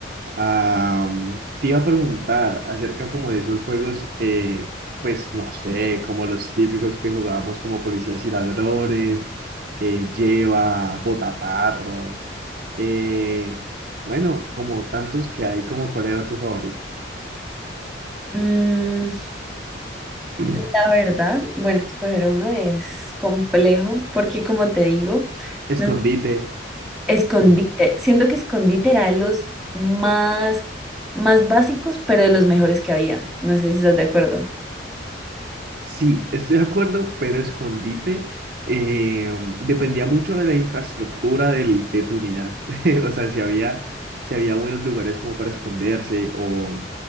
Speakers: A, on the right; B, in the centre.
A: Am, te iba a preguntar acerca como de esos juegos, eh, pues no sé, como los típicos que jugábamos como policías y ladrones, eh, lleva, botatarro, eh, bueno, como tantos que hay, como cuál era tu favorito.
B: Mm,
A: <clears throat>
B: la verdad, bueno, escoger uno es complejo porque, como te digo,
A: Escondite.
B: no- escondite.
A: <laughs>
B: Siento que escondite era de los más, más básicos, pero de los mejores que había. No sé si estás de acuerdo.
A: Sí, estoy de acuerdo, pero escondite eh, dependía mucho de la infraestructura del, de tu unidad. <laughs> O sea, si había, si había buenos lugares como para esconderse o,